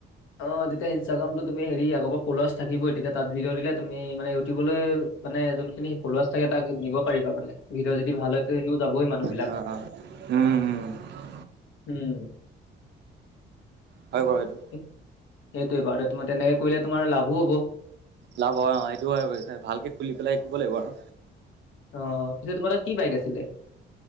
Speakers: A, on the left (about 85°); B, on the right (about 60°).
A: অ তেতিয়া ইনষ্টাগ্ৰামটো তুমি হৰি আৰ পলাৰ্চ থাকিবই তেতিয়া তাত ভিডিঅ দিলে তুমি মানে ইউটিউবলৈ মানে সেই খিনি স ফৰুুৱা চাগে তাক নিব পাৰিবা মানে ভিতৰত যদি ভাল হয় তেও যাবই মানুহবিলাক
B: অ', অ', উম, উম
A: উম
B: হয় কোৱা হয়টো
A: সেইটোৱে বাৰুমাৰ তেনেকে কৰিলে তোমাৰ লাভো হ'ব
B: লাভ হয় অ সেইটো হয়ছে ভালকে খুলি পেলাই শিকিব লাগিব আৰু
A: অ পিছে তোমাৰ তাত কি বাইক আছিলে